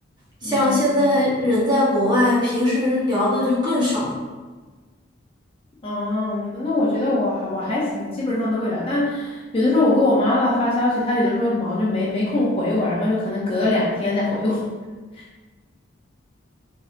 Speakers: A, on the right; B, on the left.
A: 像现在人在国外，
B: 嗯，
A: 平时聊的就更少了
B: 哦，那我觉得我还我还行，基本上都会聊。但有的时候我跟我妈妈发消息，她有的时候忙就没没空回我，然后就可能隔了两天再回我。<laughs>